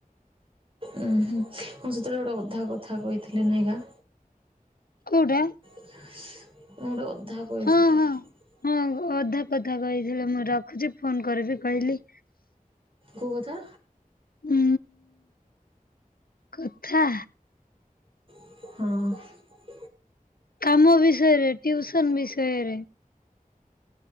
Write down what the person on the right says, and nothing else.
ଉୁଁ ହୁଁ ମୁଁ ସେତେବେଳେ ଗୋଟେ ଅଧା କଥା କହିଥିଲି ନାଇଗା।
କଣ ଗୋଟେ ଅଧା
କହିଥିଲି।
କୋଉ କଥା?
ହଁ।